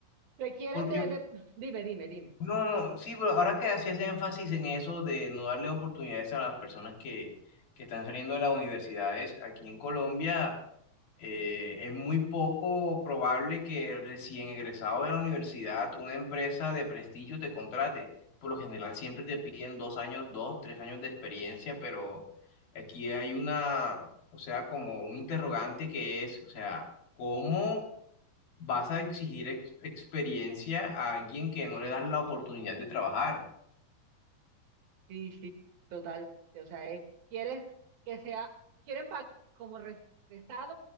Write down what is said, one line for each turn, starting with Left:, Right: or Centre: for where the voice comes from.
Right: requieren
Left: porque
Right: de, de- dime, dime, dime.
Left: No, no, sí, pero ahora que hacías énfasis en eso de no darle oportunidades a las personas que, que están saliendo de las universidades, aquí en Colombia eh, es muy poco probable que recién egresado de la universidad una empresa de prestigio te contrate. Por lo general siempre te piden dos años, dos, tres años de experiencia, pero aquí hay una, o sea, como un interrogante que es, o sea, ¿cómo? vas a exigir ex- experiencia a alguien que no le das la oportunidad de trabajar.
Right: Sí, sí, totalmente. O sea, es- quieres que sea, quieren pagar como regresado,